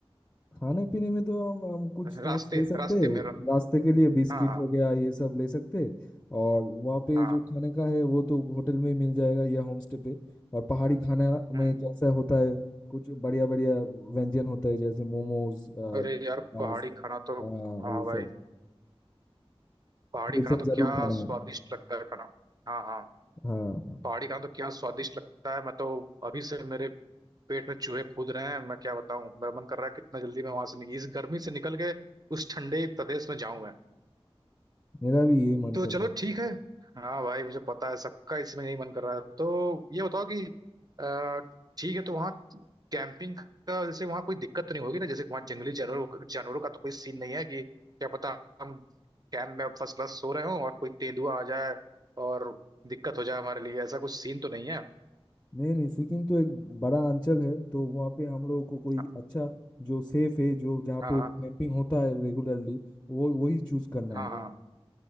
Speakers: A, on the left (about 20°); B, on the right (about 40°).
A: खाने पीने में तो हम हम कुछ स्नैक्स
B: रास्ते
A: ले सकते
B: रास्ते
A: हैं
B: में र-
A: रास्ते के लिए बिस्किट
B: हाँ हाँ
A: हो गया ये सब ले सकते हैं और वहाँ पे
B: हाँ
A: जो खाने का है वो तो होटल में मिल जाएगा या होम स्टे पे और पहाड़ी खाना में
B: हम्म
A: जैसा होता है कुछ बढ़िया बढ़िया व्यंजन होता है जैसे मोमोज आ,
B: अरे यार
A: आ,
B: पहाड़ी खाना
A: आ,
B: तो हाँ
A: ये सब
B: भाई पहाड़ी
A: ये
B: खाना
A: सब
B: तो क्या
A: जरूर खाना
B: स्वादिष्ट
A: है
B: लगता है खाना हाँ हाँ
A: हाँ हाँ,
B: पहाड़ी खाना तो क्या स्वादिष्ट लगता है मैं तो अभी से मेरे पेट में चूहे कूद रहे हैं मैं क्या बताऊं मेरा मन कर रहा है कितना जल्दी मैं वहां से नि- इस गर्मी से निकल के उस ठंडे प्रदेश में जाऊं मैं
A: मेरा भी यही मन
B: तो
A: कर रहा
B: चलो
A: है
B: ठीक है हाँ भाई मुझे पता है सबका इसमें यही मन कर रहा है तो ये बताओ कि अ, ठीक है तो वहाँ कैंपिंग का जैसे वहाँ कोई दिक्कत तो नहीं होगी ना जैसे वहाँ जंगली जानवरों जानवरों का तो कोई सीन नहीं है कि क्या पता हम कैंप में फर्स्ट क्लास सो रहे हों और कोई तेंदुआ आ जाए और दिक्कत हो जाए हमारे लिए ऐसा कुछ सीन तो नहीं है
A: नहीं नहीं सिक्किम तो एक बड़ा अंचल है तो वहाँ पे हम लोगों को कोई
B: हाँ
A: अच्छा जो सेफ है जो जहाँ
B: हाँ
A: पे कैंपिंग होता है रेगुलरली वो वही चूज करना है
B: हाँ हाँ